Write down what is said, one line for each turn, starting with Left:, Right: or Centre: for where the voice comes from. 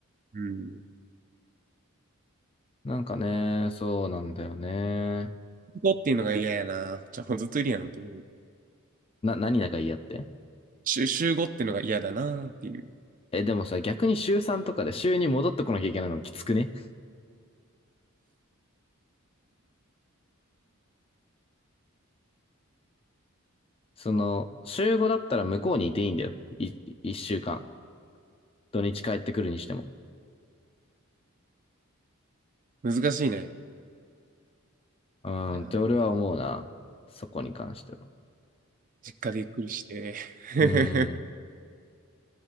Right: うん。
Left: なんかね、そうなんだよね。
Right: 5っていうのが嫌やな。じゃあ、ずっといるやんっていう。
Left: な、何仲嫌って
Right: 週、週5っていうのが嫌だなっていう。
Left: え、でもさ、逆に週3とかで週に戻ってこなきゃいけないのきつくね。その、週5だったら向こうにいていいんだよ。い、1週間。土日帰ってくるにしても。
Right: うん、難しいね。
Left: うーんって俺は思うな。
Right: いや
Left: そこに関しては。
Right: 実家でゆっくりして。<laughs>
Left: うーん。っ